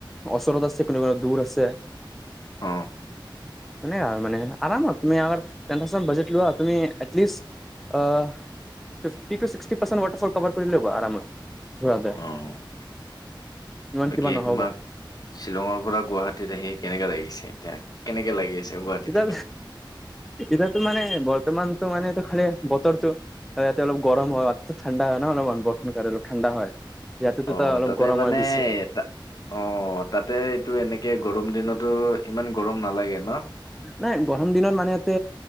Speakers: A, in the centre; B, on the left (about 50°).
A: ওচৰত আছে কোনো কোনোবা দূৰ আছে।
B: অহ,
A: এনে আৰ মানে আৰামত তুমি আ- টেন পাৰ্চেণ্ট বাজেট লোৱা তুমি at least fifty to sixty percent waterfall cover কৰি লবা আৰামত। ঘূৰাতে
B: অ'
A: ইমান
B: বাকী
A: কিবা নহ'ব
B: তোমাক শ্বিলঙৰ পৰা গুৱাহাটীত আহি কেনেকা লাগিছে এতিয়া? কেনেকে লাগি আছে? গুৱাহাটী
A: এতিয়া
B: থাকি।
A: এতিয়াতো মানে বৰ্তমানতো মানে খালি বতৰটো, ইয়াতে অলপ গৰম হয়, মাজতে ঠাণ্ডা হয় ন' অলপমান বৰষুণ কাৰণে অলপ ঠাণ্ডা হয়। ইয়াতেতো
B: অ'
A: ত অলপ
B: তাতে
A: গৰম
B: মানে
A: হয় বেছি
B: ত' অ, ' তাতে এইটো এনেকে গৰম, গৰম দিনতো ইমান গৰম নালাগে ন'?
A: নাই গৰম দিনত মানে ইয়াতে